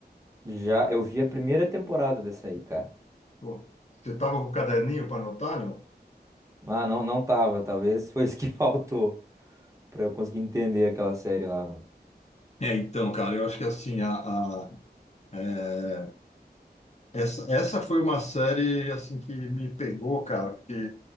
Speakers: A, on the right (about 20°); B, on the left (about 40°).
A: Já eu vi a primeira temporada dessa aí, cara.
B: Pô, você estava com o caderninho para anotar, não?
A: Ah, não, não tava. Talvez foi isso que <laughs> faltou pra eu conseguir entender aquela série lá, mano.
B: É, então, cara, eu acho que assim, a, a- é, essa, essa foi uma série assim que me pegou, cara, porque